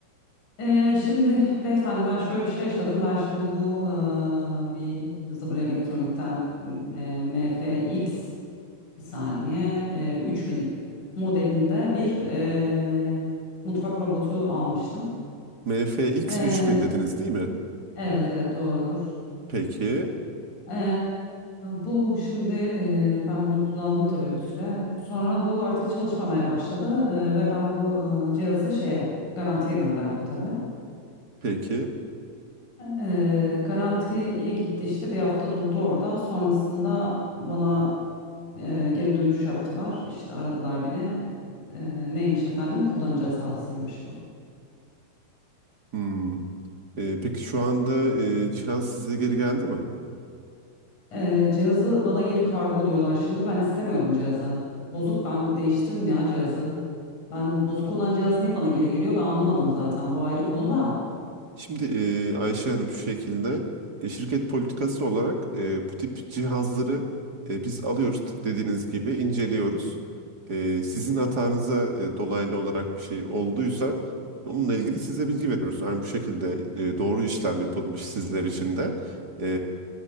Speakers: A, on the left (about 55°); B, on the right (about 30°).
A: Ee, şimdi beyefendi ben şöyle bir şey yaşadım. Ben şimdi bu eee, bir Zıbır Elektronik'ten eee, MFX bir saniye eee, 3000 modelinde bir eee, mutfak robotu almıştım.
B: MFX
A: Eee,
B: 3000 dediniz değil mi?
A: evet evet doğrudur.
B: Peki,
A: Eee, bu şimdi eee, ben bunu kullandım tabii bir süre. Sonra bu artık çalışmamaya başladı eee, ve ben bu eee, cihazı şeye garantiye gönderdim tabii.
B: peki.
A: Eee, garantiye gitti işte bir hafta durdu orada. Sonrasında bana eee, geri dönüş yaptılar. İşte aradılar beni. Eee, neymiş efendim? Kullanıcı hatasıymış bu.
B: Hmm. Ee, peki şu anda e, Cihan size geri geldi mi?
A: Ee, cihazı bana geri kargoluyorlar şimdi. Ben istemiyorum cihazı. Bozuk ben değiştirin ya cihazı. Ben bozuk olan cihaz niye bana geri geliyor? Ben anlamadım zaten. Bu ayrı konu da.
B: Şimdi e, Ayşe Hanım şu şekilde e, şirket politikası olarak e, bu tip cihazları e, biz alıyoruz tıp dediğiniz gibi inceliyoruz. E, sizin hatanıza e, dolaylı olarak bir şey olduysa onunla ilgili size bilgi veriyoruz. Yani bu şekilde e, doğru işlem yapılmış sizler için de. E,